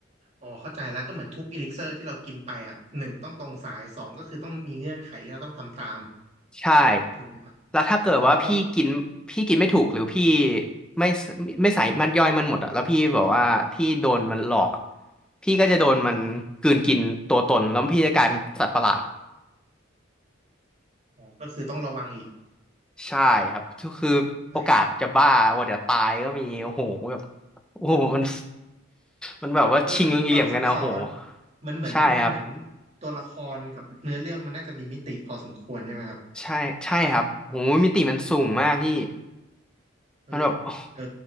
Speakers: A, on the right (about 35°); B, in the centre.
A: อ๋อเข้าใจแล้วก็เหมือนทุกอีลิกเซอร์ที่เรากินไปอ่ะหนึ่งต้องตรงสายสองก็คือต้องมีเงื่อนไขที่เราต้องทำตาม
B: ใช่
A: ถูกไหมครับ
B: แล้วถ้าเกิดว่าพี่กินพี่กินไม่ถูกหรือพี่
A: อ๋อแล้วก็
B: ไม่สไม่ใส่มันย่อยมันหมดอะแล้วพี่บอกว่าพี่โดนมันหลอกอะพี่ก็จะโดนมันกลืนกินตัวตนแล้วพี่จะกลายเป็นสัตว์ประหลาด
A: อ๋อก็คือต้องระวังอีก
B: ใช่ครับคือโอกาสจะบ้าโอกาสจะตายก็มีโอ้โหแบบ
A: เฮ้ย
B: โอ้โหมันมันแบบว่าชิงเหลี่ยมกันอะโอ้โห
A: เออมันมีความซับซ้อนมันเหมือนมันเหมือน
B: ใช่ครับ
A: ตัวละครกับเนื้อเรื่องมันน่าจะมีมิติพอสมควรใช่ไหมครับ
B: ใช่ใช่ครับโหมิติมันสูงมากพี่
A: เฮ้ยเออ
B: มันแบบโอ้โห